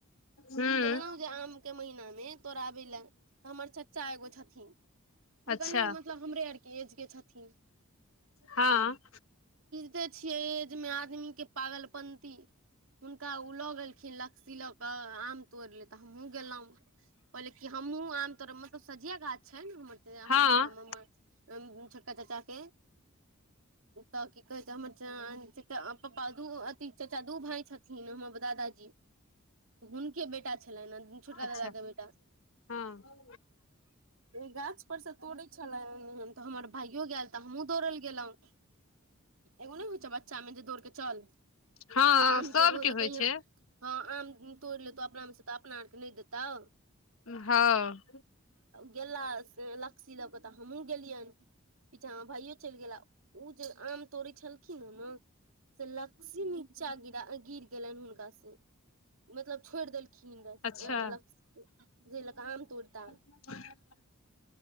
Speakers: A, on the left; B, on the right.
A: हूँ
B: गेलहुँ जे आमके महीनामे तोराबै लऽ हमर चचा एगो छथिन जे
A: अच्छा
B: कनि मतलब हमरे आरके एजके छथिन
A: हँ
B: बुझते छियै अय एज मे आदमी के पागल पंती हुनका ओ ल गेल की लकसी लऽ क आम तोड़ ले तऽ हमहुँ गेलहु पहिले क हमहूँ आम तोड़ मतलब सछिया गाछ छै
A: हँ
B: हमर आ हम छोटका चाचा के तऽ की कहै छै हमर पापा दू अथि चाचा दू भाय छथिन हमर दादाजी हुनके बेटा छलनि ने छोटका
A: अच्छा
B: दादा के बेटा
A: हँ
B: गाछ पर से तोड़े छलै तऽ हमर भाइयो गेल तऽ हमहुँ दौड़ल गेलहुँ एगो नहि होइ छै बच्चामे जे दौड़के चल
A: हँ
B: आम
A: सबके
B: तोर हो तऽ
A: होइ
B: कहि
A: छै
B: हँ आम तोड़ि लेतहु अपनामे से तऽ अपना आरके नहि देतउ
A: हँ
B: गेला लकसी लऽ कऽ तऽ हमहूँ गेलियनि पीछामे भाइयो चलि गेला ओ जे आम तोड़ै छलखिन ह नऽ से लकसी नीचा गिरा गिर गेललन हुनकासे मतलब छोड़ि देलखिन रस
A: अच्छा
B: लक लकसि जय लऽ के आम तोड़ता
A: <unintelligible>